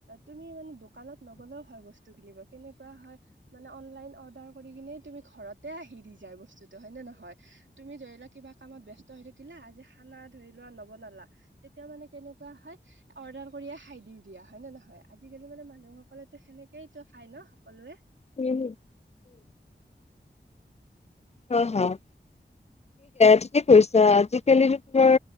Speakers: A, on the right; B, on the left.
A: তুমি মানে দোকানত নগলেও হয় বস্তু কিনিব কেনেকুৱা হয় মানে অনলাইন অৰ্ডাৰ কৰি কিনে তুমি ঘৰতে আহি দি যায় বস্তুতটো হয় নে নহয় তুমি ধৰি লোৱা কিবা কামত ব্যস্ত হৈ থাকিলা আজি খানা ধৰি লোৱা নৱ নলা তেতিয়া মানে কেনেকুৱা হয় অৰ্ডাৰ কৰিয়ে খাই দিও দিয়া হয় নে নহয় আজিকালি মানে মানুহসকলে তো সেনেক তো খাই ন সকলোৱে
B: উম হয় হয় ঠিকে কৈছে আজিকালি তোমাৰ